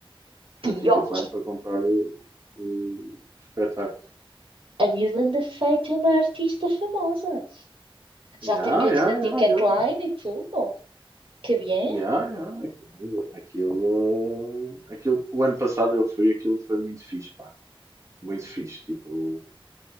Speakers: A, on the right; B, on the right.
A: Foi
B: Pior.
A: ao Ticketline para comprar o, o espetáculo.
B: A miúda anda feita uma artista famosa. Já
A: Já,
B: tem bilhetes
A: já,
B: na
A: já,
B: Ticketline
A: já.
B: e tudo. Que bem.
A: Já, já. Aquilo, aquilo, aquilo. O ano passado eu fui, aquilo foi muito fixe, pá. Muito fixe. Tipo.